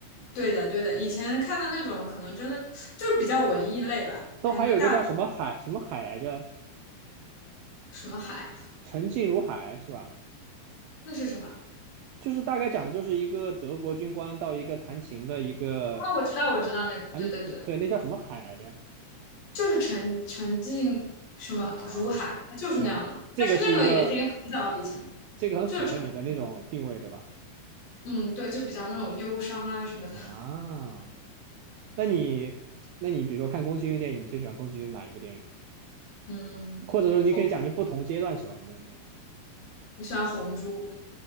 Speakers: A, on the left; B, on the right.
A: 对的，对的，以前看的那种可能真的就是比较文艺类吧，
B: 都还有一个叫什么海什么海来着，
A: 感觉大什么海
B: 沉静如海是吧？
A: 那是什么？
B: 就是大概讲的就是一个德国军官到一个弹琴的一个
A: 啊，我知道，我知道那个，对对对，
B: 啊那对那叫什么海来着
A: 就是沉沉浸什么如海，
B: 啊？
A: 它就是那样的。
B: 对，这个是一个
A: 但是那个也已经很早以前了，
B: 这个很符合你的那种定位对吧？
A: 就是沉，嗯，对，就比较那种忧伤啊什么的。
B: 啊，那你那你比如说看宫崎骏的电影，你最喜欢宫崎骏哪一部电影？
A: 嗯，
B: 或者说你可以讲你不同阶段喜欢什么样的电影？
A: 红，我喜欢红珠，